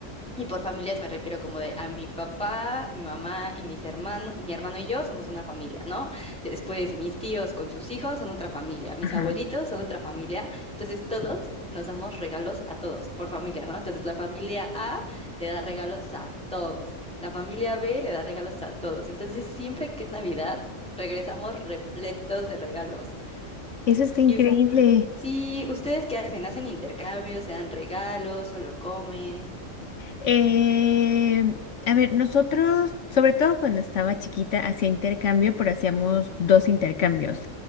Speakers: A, in the centre; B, on the left.
A: y por familias me refiero como de a mi papá, mi mamá y mis hermanos, mi hermano y yo somos una familia, ¿no? Después mis tíos con sus hijos son otra familia, mis
B: ajá.
A: abuelitos son otra familia. Entonces todos nos damos regalos a todos por familia, ¿no? Entonces la familia A le da regalos a todos, la familia B le da regalos a todos. Entonces siempre que es Navidad, regresamos repletos de regalos.
B: Eso está increíble.
A: Y us- sí, ¿ustedes qué hacen? ¿Hacen intercambios? ¿Se dan regalos? ¿Solo comen?
B: Eh, a ver, nosotros, sobre todo cuando estaba chiquita, hacía intercambio, pero hacíamos dos intercambios.